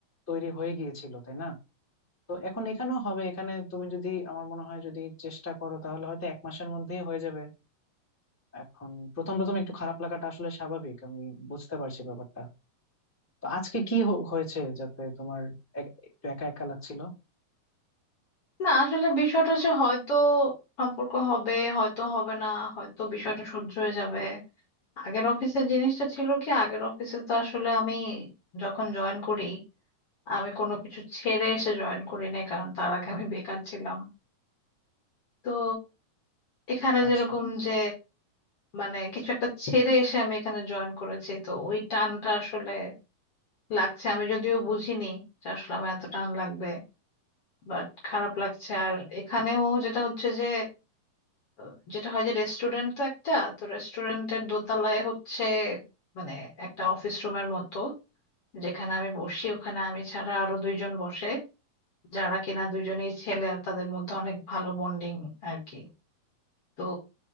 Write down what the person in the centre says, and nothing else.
তৈরি হয়ে গিয়েছিল তাই না তো এখন এখানেও হবে এখানে তুমি যদি আমার মনে হয় যদি চেষ্টা করো তাহলে হয়তো এক মাসের মধ্যেই হয়ে যাবে এখন প্রথম প্রথম একটু খারাপ লাগাটা আসলে স্বাভাবিক আমি বুঝতে পারছি ব্যাপারটা তো আজকে কি হ- হয়েছে যাতে তোমার এক- একটু একা একা লাগছিল
আচ্ছা